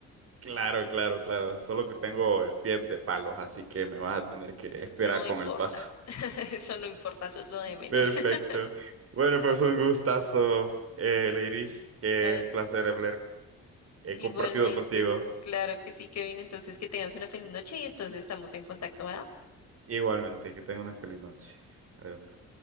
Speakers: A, on the right; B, on the left.
A: Claro, claro, claro. Solo que tengo eh, pies de palos, así que me vas a tener que esperar
B: No
A: con
B: importa,
A: el paso.
B: <laughs> eso no importa, eso es lo de menos.
A: Perfecto.
B: <laughs>
A: Bueno, pues un gustazo, eh, Lady. Qué
B: Vale,
A: placer haber eh,
B: igualmente,
A: compartido contigo.
B: claro que sí, Kevin. Entonces, que tengas una feliz noche y entonces estamos en contacto, ¿verdad?
A: Sí. Igualmente, que tenga una feliz noche. Adiós.